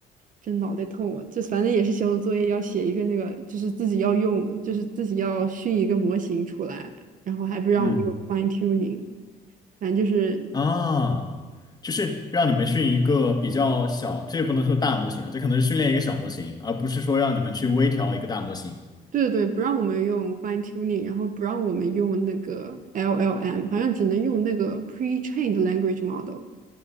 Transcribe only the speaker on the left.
嗯
啊，就是让你们训一个比较小，这也不能说大模型了，这可能是训练一个小模型，而不是说让你们去微调一个大模型